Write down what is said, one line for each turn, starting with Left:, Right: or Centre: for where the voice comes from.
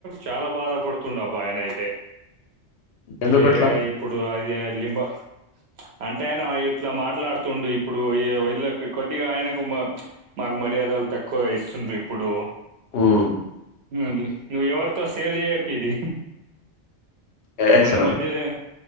Right: చాలా బాధ పడుత్ తుండ్ అబ్బా ఆయన అయితే.
Left: ఎందుకట్లా
Right: ఏ ఇప్పుడు అది లింబ అంటే అయినా ఇట్లా మాట్లాడుతుండు ఇప్పుడు. వో ఇళకి కొద్టిగా ఆయన మాక్ మాకు మర్యాదలు తక్కువ ఇస్తుండ్రూ ఇప్పుడు.
Left: ఉమ్
Right: ఉహ్ నువ్ ఎవర్తో సేర్ చేయకిది.
Left: ఏయచ్చన
Right: మన మధ్యనే.